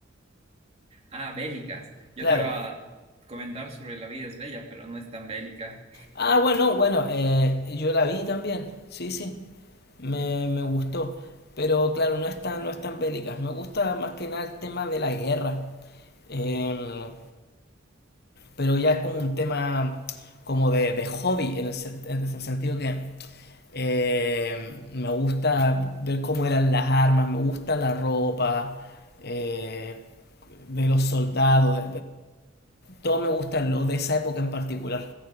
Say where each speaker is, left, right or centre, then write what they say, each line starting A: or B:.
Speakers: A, on the right (about 30°); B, on the left (about 55°).
A: Ah, bélicas. Yo
B: Claro.
A: te iba a comentar sobre La vida es bella, pero no es tan bélica.
B: Ah, bueno, bueno, eh, yo la vi también. Sí, sí. Me, me gustó. Pero claro, no es tan, no es tan bélicas. Me gusta más que nada el tema de la guerra. Eh, pero ya es como un tema como de, de hobby, en el, sen- en el sentido que eh, me gusta ver cómo eran las armas, me gusta la ropa eh, de los soldados todo me gusta lo de esa época en particular.